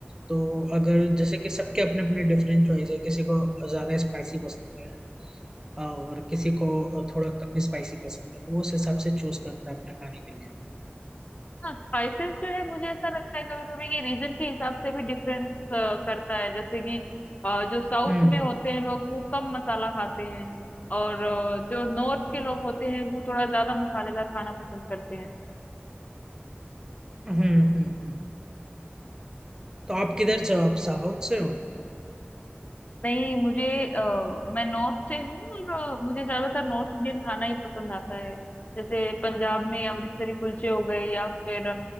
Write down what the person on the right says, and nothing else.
तो अगर जैसे कि सबके अपने अपने डिफरेंट चॉइस है किसी को ज्यादा स्पाइसी पसंद है अ, और किसी को थोड़ा कम स्पाइसी पसंद है तो वो उस हिसाब से चूज करता है अपने खाने के लिए
हम्म
हम्म
हम्म
हम्म हम्म हम्म, हम्म। तो आप किधर से हो? आप साउथ से हो
Okay.
okay।